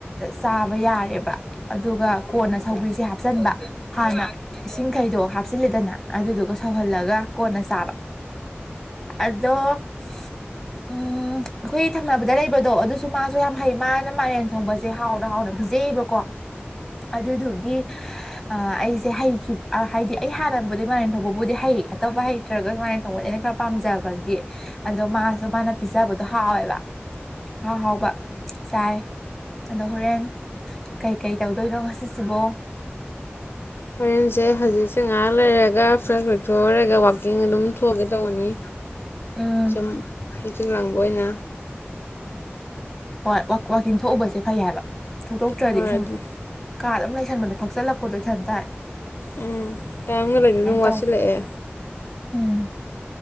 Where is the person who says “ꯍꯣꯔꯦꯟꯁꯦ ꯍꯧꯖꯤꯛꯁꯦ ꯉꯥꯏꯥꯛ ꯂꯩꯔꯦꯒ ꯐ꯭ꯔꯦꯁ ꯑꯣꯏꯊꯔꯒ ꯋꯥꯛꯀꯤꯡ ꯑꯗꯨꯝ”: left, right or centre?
Left